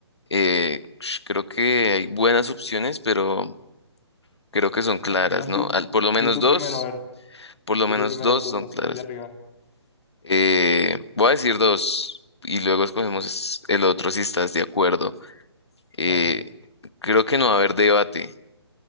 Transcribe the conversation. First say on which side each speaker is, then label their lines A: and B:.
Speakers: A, on the left; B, on the left.
A: Eh, sh- creo que hay buenas opciones, pero creo que son claras,
B: A ver, Di,
A: ¿no?
B: di-
A: Al- por lo menos
B: di tú
A: dos,
B: primero, a ver,
A: por lo
B: di
A: menos
B: tú primero
A: dos
B: tú-
A: son
B: los
A: claras.
B: tres de arriba.
A: Eh, voy a decir dos y luego escogemos es- el otro si estás de acuerdo. Eh,
B: Dale.
A: creo que no va a haber debate.